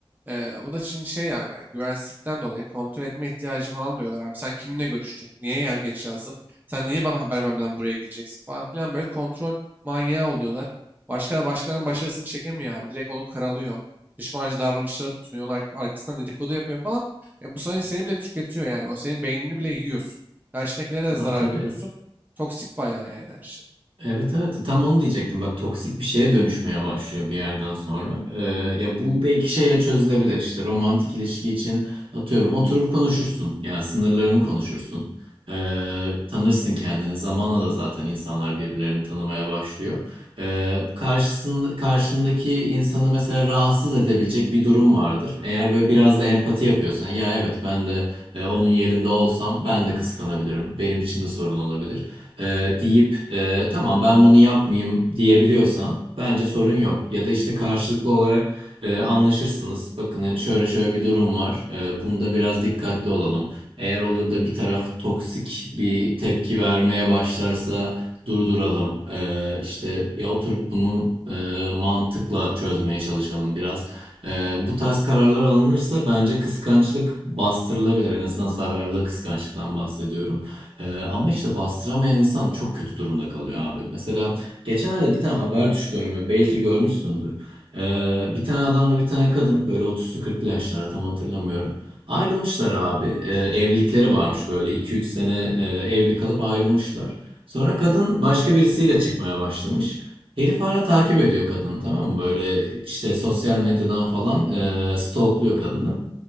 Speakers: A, on the right; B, on the right.
A: E, bu da şimdi şey abi yani güvensizlikten dolayı kontrol etme ihtiyacı falan diyorlar abi. Sen kiminle görüştün? Niye yer geç yazdın? Sen niye bana haber vermeden buraya gideceksin falan filan böyle kontrol manyağı oluyorlar. Başka da başkalarının başarısını çekemiyor abi. Direkt onu karalıyor. Düşmancı davranışlara tutunuyor. Onun ark- arkasından dedikodu yapıyor falan. E bu sayede seni bile tüketiyor yani. O senin beynini bile yiyorsun. Karşındakilere de zarar
B: Tabii, tabii.
A: veriyorsun. Toksik bayağı yani her şey.
B: Evet evet tam onu diyecektim bak toksik bir şeye dönüşmeye başlıyor bir yerden sonra Ee, ya bu belki şeyle çözülebilir işte romantik ilişki için atıyorum oturup konuşursun ya sınırlarını konuşursun Ee, tanırsın kendini zamanla da zaten insanlar birbirlerini tanımaya başlıyor ee, karşısında karşındaki insanı mesela rahatsız edebilecek bir durum vardır eğer böyle biraz da empati yapıyorsan ya evet ben de e, onun yerinde olsam ben de kıskanabilirim benim için de sorun olabilir e, deyip e, tamam ben bunu yapmayayım diyebiliyorsan bence sorun yok. Ya da işte karşılıklı olarak e, anlaşırsınız. Bakın hani şöyle şöyle bir durum var. E, bunda biraz dikkatli olalım. Eğer olur da bir taraf toksik bir tepki vermeye başlarsa durduralım. E, işte ya oturup bunu e, mantıkla çözmeye çalışalım biraz. E, bu tarz kararlar alınırsa bence kıskançlık bastırılabilir. En azından zararlı kıskançlıktan bahsediyorum. Ee, ama işte bastıramayan insan çok kötü durumda kalıyor abi. Mesela geçenlerde bir tane haber düştü önüme. Belki görmüşsündür. Ee, bir tane adamla bir tane kadın böyle 30'lu 40'lı yaşlara tam hatırlamıyorum. Ayrılmışlar abi. Ee, evlilikleri varmış böyle 2-3 sene e, evli kalıp ayrılmışlar. Sonra kadın başka birisiyle çıkmaya başlamış. Herif hala takip ediyor kadını tamam mı? Böyle işte sosyal medyadan falan e, stalkluyor kadını.